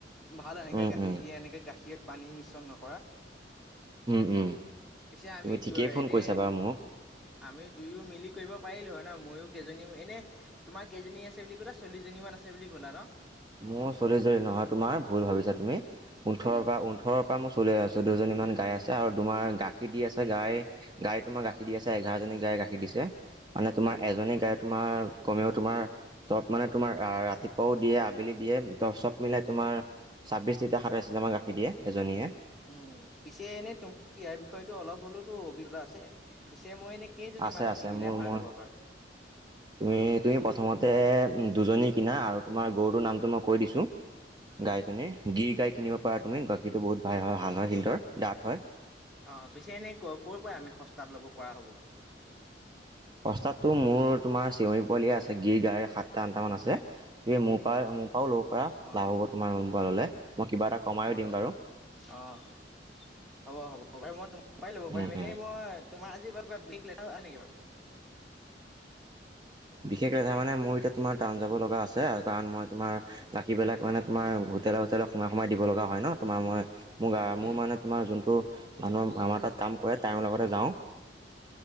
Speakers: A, in the centre; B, on the right (about 25°).
A: ভাল এনেকে
B: উম
A: গাখীৰ
B: উম
A: দিয়ে এনেকে গাখীৰত পানী মিশ্ৰণ নকৰা।
B: উম উম
A: পিছে আমি
B: তুমি ঠিকেই
A: দু
B: ফোন
A: এনেই
B: কৰিছা বাৰু মোক
A: আমি দুয়ো মিলি কৰিব পাৰিলো হয় ন ময়ো কেইজনী এনে তোমাৰ কেইজনী আছে বুলি ক'লা চল্লিশ জনী মান আছে বুলি ক'লা ন?
B: মোৰ চল্িজনী নহয় তোমাৰ ভুল ভাবিছা তুমি ওঠৰৰ
A: উম
B: পৰা ওঠৰ পৰা মই চলিছ চধ্শ জনী ইমান গাই আছে আৰু তোমাৰ গাখীৰ দি আছে গাই, গাই তোমাৰ গাখীৰ দি আছে এঘাৰজনী গায়ে গাখীৰ দিছে মানে তোমাৰ এজনী গাই তোমাৰ কমেও তোমাৰ চব মানে তোমাৰ ৰাতিপুৱাও দিয়ে আবেলি দিয়ে ত চব মিলাই তোমাৰ ছাব্বিছ লিটাৰ সাতাইছ লিটাৰামাৰ গাখীৰ দিয়ে এজনীয়ে।
A: উম, পিছে এনে তোম ইয়াৰ বিষয়েতো অলপ হলেওতো অভিজ্ঞতা আছে পিছে মই এনে কেইজনী
B: আছে
A: মান
B: আছে
A: কিনিলে
B: মোৰ
A: ভাল
B: মোৰ
A: হ'ব বাৰু?
B: তুমি তুমি প্ৰথমতে দুজনী কিনা আৰু তোমাৰ গৰুটোৰ নামটো মই কৈ দিছো
A: উম
B: গাইজনীৰ গিৰ গাই কিনিব পাৰা তুমি গাখীৰটো বহুত ভাল হাল হয় সিন্দৰ ডাঠ হয়।
A: অ', পিছে এনেই ক ক'ৰ পৰা আমি সস্তাত ল'ব পৰা হ'ব?
B: ৰাস্তাতটো মোৰ তোমাৰ চিউৰী পোৱালি আছে গিৰ গা় সাতটা আঠটামান আছে গ মোৰ পৰা মোৰ পাৰ ল'ব পৰা
A: অ
B: লাভ হ'ব তোমাৰ লোনাললৈ মই কিবা এটা কমাইয়ো দিম বাৰু।
A: অ'। হ'ব হ'ব পাৰি মই তোম পৰাই লব পিম
B: উম
A: এনেই
B: উম
A: মই তোমাৰ আজি বাৰ কিবা বিক লেটা হ নেকি বাৰু? <inaudible>
B: বিশেষ ৰেধা মানে মোৰ এতিয়া তোমাৰ টাউন যাব লগা আছে কাৰণ মই তোমাৰ বাকী বিলাক মানে তোমাৰ হোটেল তপিয়াললে সোমাই সোমাইিব লগা হয় ন তোমাৰ মই মোৰ মোৰ
A: উম
B: মানে তোমাৰ যোনটো মানুহে আমাৰ তাত কাম কৰে টাইমৰ লগতে যাওঁ।